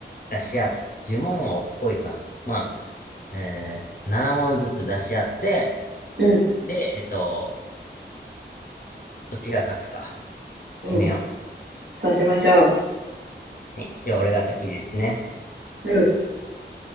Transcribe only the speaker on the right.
うん、
うん。
そうしましょ
う。